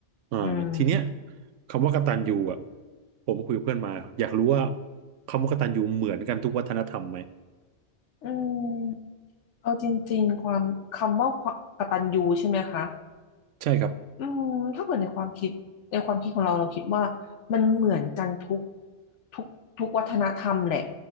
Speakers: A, on the right (about 90°); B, on the left (about 80°).
A: อ่าทีเนี้ย
B: อืม
A: คำว่ากตัญญูอ่ะผมคุยกับเพื่อนมาอยากรู้ว่าคำว่ากตัญญูเหมือนกันทุกวัฒนธรรมไหม
B: อืมเอาจริงๆ ความคำว่าความกตัญญูใช่ไหมคะ
A: ใช่ครับ
B: อืมถ้าเกิดในความคิดในความคิดของเราเราคิดว่ามันเหมือนกันทุกทุกทุกวัฒนธรรมแหละ